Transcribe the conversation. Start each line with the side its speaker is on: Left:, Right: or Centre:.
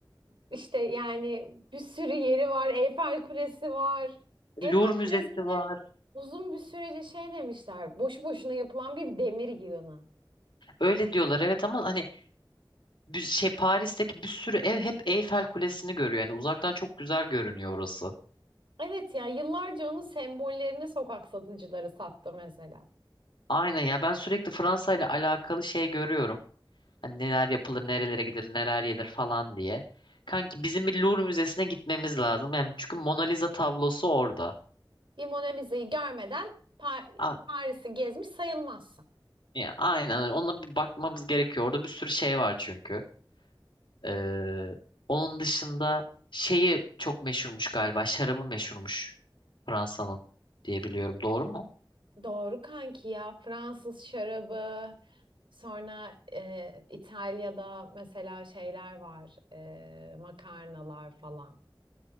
Right: İşte yani bir sürü yeri var. Eyfel Kulesi var. Eyfel
Left: Louvre Müzesi
Right: Kulesi'ne
Left: var.
Right: uzun bir sürece şey demişler. Boşu boşuna yapılan bir demir yığını.
Left: Öyle diyorlar evet ama hani bir şey Paris'teki bir sürü ev hep Eyfel Kulesi'ni görüyor. Yani uzaktan çok güzel görünüyor orası.
Right: Evet ya yıllarca onun sembollerini sokak satıcıları sattı mesela.
Left: Aynen ya ben sürekli Fransa ile alakalı şey görüyorum. Hani neler yapılır, nerelere gidilir, neler yenir falan diye. Kanki bizim bir Louvre Müzesi'ne gitmemiz lazım. Yani çünkü Mona Lisa tablosu orada.
Right: Bir Mona Lisa'yı görmeden Pa-
Left: A-
Right: Paris'i gezmiş sayılmaz.
Left: ya aynen öyle. Ona bir bakmamız gerekiyor. Orada bir sürü şey var çünkü. Ee, onun dışında şeyi çok meşhurmuş galiba. Şarabı meşhurmuş Fransa'nın diye biliyorum. Doğru mu?
Right: Doğru kanki ya Fransız şarabı sonra e, İtalya'da mesela şeyler var e, makarnalar falan.